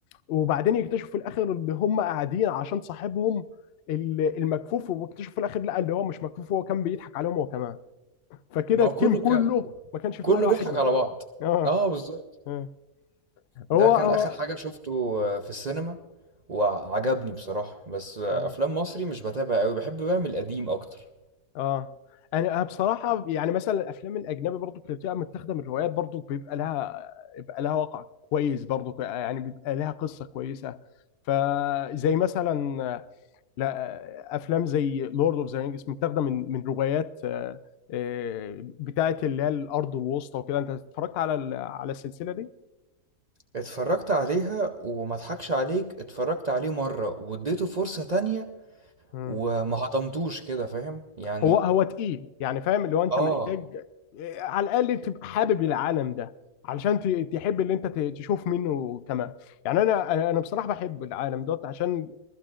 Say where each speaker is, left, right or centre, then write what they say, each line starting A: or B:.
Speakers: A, on the left (about 70°); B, on the right (about 55°).
A: وبعدين يكتشفوا في الاخر ان هم قاعدين عشان صاحبهم ال- المكفوف واكتشفوا في الاخر لا اللي هو مش مكفوف هو كان بيضحك عليهم هو كمان فكده
B: ما
A: التيم
B: هو كله
A: كله
B: كان
A: ما كانش
B: كله
A: فيه ولا
B: بيضحك
A: واحد مكتوب
B: على بعض
A: اه
B: اه بالظبط
A: آه. هو
B: ده كان
A: هو
B: اخر حاجة شفته آه، في السينما وعجبني بصراحة بس آه،
A: اه
B: افلام مصري مش بتابع قوي بحب بقى من القديم اكتر
A: آه. انا بصراحه يعني مثلا الافلام الاجنبي برضو اللي بتبقى متاخده من روايات برضو بيبقى لها بيبقى لها وقع كويس برضو يعني بيبقى لها قصه كويسه فزي مثلا لا افلام زي لورد اوف ذا رينجز متاخده من من روايات آه، آه، بتاعه اللي هي الارض الوسطى وكده انت اتفرجت على ال- على السلسله
B: اتفرجت عليها وما اضحكش عليك اتفرجت عليه مرة واديته فرصة تانية
A: دي؟
B: وما هضمتوش كده فاهم يعني
A: هو هو تقيل يعني فاهم اللي هو انت
B: اه
A: محتاج إيه، على الاقل تبقى حابب العالم ده علشان ت- تحب اللي انت ت- تشوف منه كمان يعني انا انا أنا بصراحه بحب العالم دوت عشان